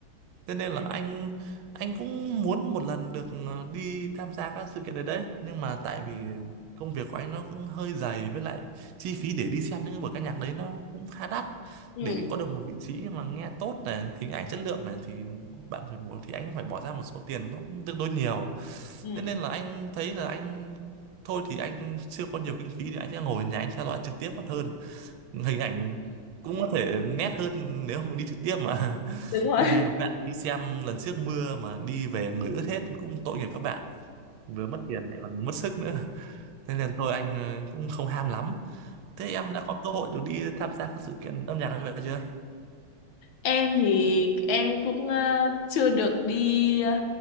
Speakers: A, on the right; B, on the left.
A: thế nên là anh anh cũng muốn một lần được ờ, đi tham gia các sự kiện đấy đấy nhưng mà tại vì công việc của anh nó cũng hơi dày với lại chi phí để đi xem những cái buổi ca nhạc đấy nó cũng khá đắt
B: Ừ,
A: để có được một vị trí mà nghe tốt này hình ảnh chất lượng này thì bạn phải bỏ thì anh cũng phải bỏ ra một số tiền nó cũng tương đối nhiều
B: ừ.
A: nên nên là anh thấy là anh thôi thì anh chưa có nhiều kinh phí thì anh sẽ ngồi ở nhà anh theo dõi trực tiếp còn hơn hình ảnh cũng có thể nét hơn nếu mà đi trực tiếp mà <laughs>
B: Đúng rồi.
A: anh thấy một bạn đi xem lần trước mưa mà đi về người ướt hết cũng tội nghiệp các bạn vừa mất tiền lại còn mất sức nữa thế nên thôi anh ờ, cũng không ham lắm thế em đã có cơ hội được đi tham gia các sự kiện âm nhạc như vậy chưa
B: Em thì em cũng ờ, chưa được đi ờ,